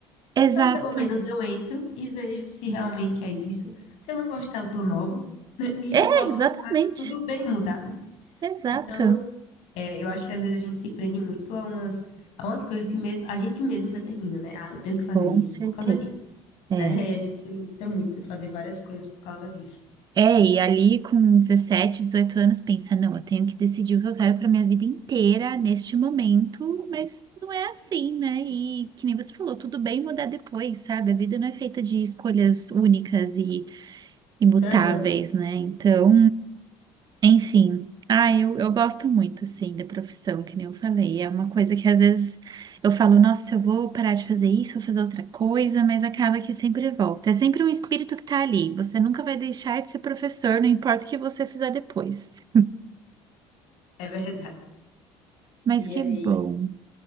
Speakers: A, on the right; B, on the left.
A: exato.
B: Então, pelo menos eu entro e vejo se realmente é isso. Se eu não gostar, eu tô nova. né? E
A: É,
B: eu posso
A: exatamente,
B: mudar. Tudo bem mudar, né?
A: exato.
B: Então, é, eu acho que às vezes a gente se prende muito a umas, a umas coisas que mesmo a gente mesmo determina, né? Ah, eu tenho que fazer
A: Com
B: isso
A: certeza.
B: por causa disso,
A: É.
B: né? <laughs> E a gente se limita muito a fazer várias coisas por causa disso.
A: É, e ali com 17, 18 anos, pensa, não, eu tenho que decidir o que eu quero para minha vida inteira neste momento, mas não é assim, né? E que nem você falou, tudo bem mudar depois, sabe? A vida não é feita de escolhas únicas e imutáveis,
B: Aham,
A: né? Então, enfim, ah, eu, eu gosto muito, assim, da profissão, que nem eu falei. É uma coisa que às vezes eu falo, nossa, eu vou parar de fazer isso, vou fazer outra coisa, mas acaba que sempre volta. É sempre um espírito que tá ali. Você nunca vai deixar de ser professor, não importa o que você fizer depois.
B: é verdade.
A: Mas
B: E
A: que
B: aí,
A: bom.